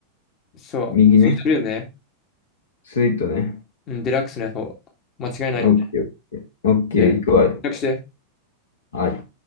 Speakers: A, on the left; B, on the left.
A: そう。
B: 右ね、
A: スイートルームね。
B: スイートね。
A: うん、デラックスのやつを。間違いないで。
B: オッケーオッケー。オッケー、
A: で、予約して。
B: 行くわ。はい。